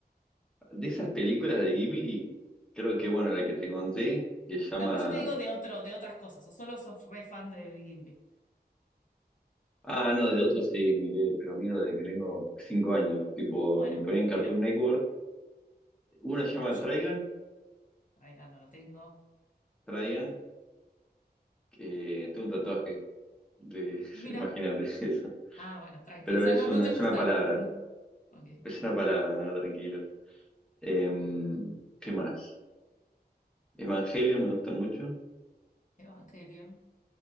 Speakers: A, in the centre; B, on the left (about 50°).
A: De esas películas de Ghibli, creo que, bueno, la que te conté, que se llama...
B: No, pero yo te digo de otro, de otras cosas. O solo sos re fan de Ghibli.
A: Ah, no, de otras sí, miré, pero miro desde que tengo cinco años. Tipo,
B: Bueno,
A: me ponía en Cartoon
B: pero
A: Network. Una
B: sí,
A: se llama
B: bueno, yo.
A: Trigun,
B: Ay, no lo tengo.
A: Trigun, que tengo un tatuaje. De,
B: Mira.
A: <laughs> imagínate eso.
B: Ah, bueno, tranqui.
A: Pero
B: Esa
A: es
B: no, no
A: una,
B: te
A: es
B: gusta.
A: una palabra,
B: <laughs> Ok.
A: es una palabra, nada, tranquilo. Em, ¿qué más? Evangelion me gusta mucho.
B: Evangelion.